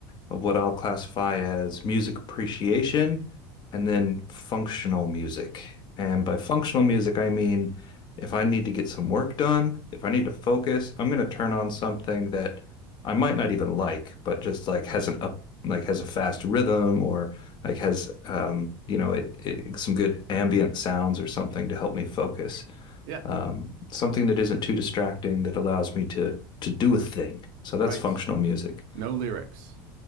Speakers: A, on the left; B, on the right.
A: what I'll classify as music appreciation and then functional music. And by functional music, I mean if I need to get some work done, if I need to focus, I'm going to turn on something that I might not even like, but just like has an up, like has a fast rhythm or like has um, you know it, it some good ambient sounds or something to help me focus.
B: Yeah.
A: Um, something that isn't too distracting that allows me to to do a thing. So that's
B: Right.
A: functional music.
B: No lyrics.